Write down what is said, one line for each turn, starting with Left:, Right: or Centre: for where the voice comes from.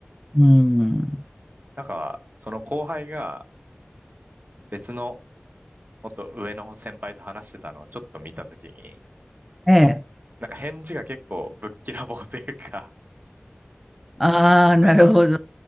Centre: うん。
Right: なんか、その後輩が別のもっと上の先輩と話してたのをちょっと見たときに、
Centre: ええ。
Right: なんか返事が結構ぶっきらぼうというか、
Centre: ああ、
Right: <laughs>
Centre: なるほど。
Right: なんか、